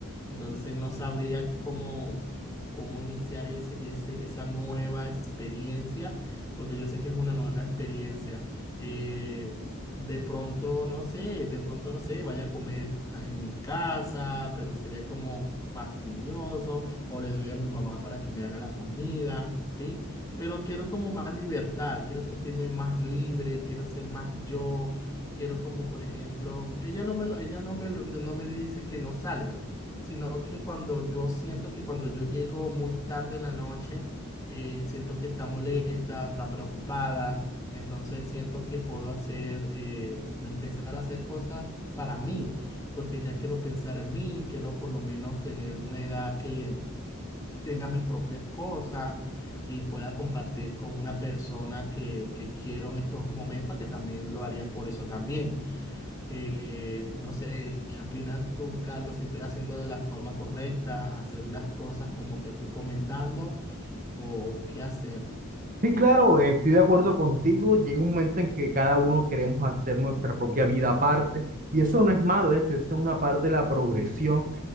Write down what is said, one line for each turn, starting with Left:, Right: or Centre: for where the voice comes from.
Left: Entonces no sabría cómo, cómo iniciar ese, ese, esa nueva experiencia, porque yo sé que es una nueva experiencia. Eh, de pronto, no sé, de pronto, no sé, vaya a comer a- en mi casa, pero sería como fastidioso, o le doy a mi mamá para que me haga la comida, ¿sí? pero quiero como más libertad, quiero sentirme más libre, quiero ser más yo, quiero como por ejemplo, ella no me lo- ella no me lo- no me dice que no salga, sino que cuando yo siento que cuando yo llego muy tarde en la noche, eh, siento que está molesta, está preocupada, entonces siento que puedo hacer, eh, empezar a hacer cosas para mí, porque ya quiero pensar en mí, quiero por lo menos tener una edad que tenga mis propias cosas y pueda compartir con una persona que, que quiero en estos momentos, que también lo haría por eso también. Eh, no sé, ¿qué opinas tú, Carlos? Si estoy haciendo de la forma correcta, hacer las cosas como te estoy comentando o qué hacer.
Right: Sí, claro, eh, estoy de acuerdo contigo. Llega un momento en que cada uno queremos hacer nuestra propia vida aparte y eso no es malo, de hecho, eso es una parte de la progresión